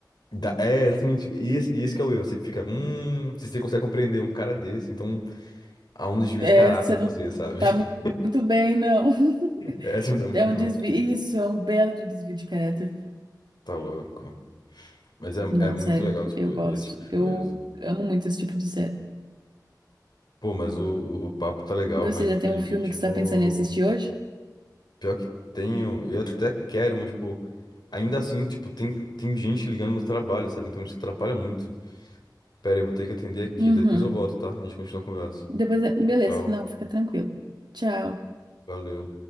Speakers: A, on the left; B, on the right.
A: dá- é exatamente. E esse, e esse que é o erro. Você fica, hum, se você consegue compreender um cara desse, então há um desvio
B: É,
A: de caráter
B: você
A: em
B: não
A: você, sabe?
B: não tá
A: <laughs>
B: mu- muito bem, não. <laughs>
A: Essa não tá muito
B: É
A: bem,
B: um
A: não.
B: desvio. Isso, é um belo de desvio de caráter.
A: Tá louco. Mas é,
B: Não,
A: é muito
B: sério,
A: legal, tipo,
B: eu gosto.
A: esse tipo de
B: Eu
A: coisa.
B: amo muito esse tipo de série.
A: Pô, mas o, o o papo tá legal,
B: E você
A: mas
B: já
A: infelizmente
B: tem um filme que
A: eu
B: você
A: vou.
B: tá pensando em assistir hoje?
A: Pior que tenho, eu até quero, mas, pô, ainda assim, tipo, tem, tem gente ligando no trabalho, sabe? Então isso atrapalha muito. Pera aí, eu vou ter que atender aqui,
B: Uhum.
A: depois eu volto, tá? A gente continua a conversa.
B: Depois, é-
A: Tchau,
B: beleza,
A: tchau.
B: não, fica tranquilo. Tchau.
A: Valeu.